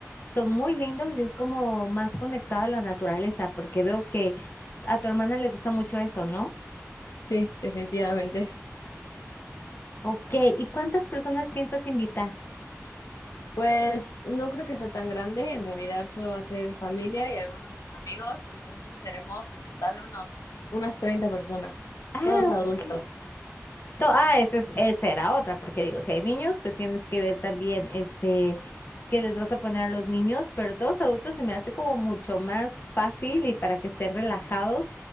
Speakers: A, on the left (about 45°); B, on the left (about 85°).
A: son muy lindos y es como más conectado a la naturaleza, porque veo que a tu hermana le gusta mucho eso, ¿no?
B: sí, definitivamente.
A: Ok, ¿y cuántas personas piensas invitar?
B: Pues no creo que sea tan grande, en realidad solo va a ser familia y algunos de sus amigos, entonces seremos en total unos, unas treinta personas,
A: Ah,
B: todos
A: ok.
B: adultos.
A: To- ah, esa es, esa era otra, porque digo, si hay niños, pues tienes que ver también, este, qué les vas a poner a los niños, pero todos adultos se me hace como mucho más fácil y para que estén relajados.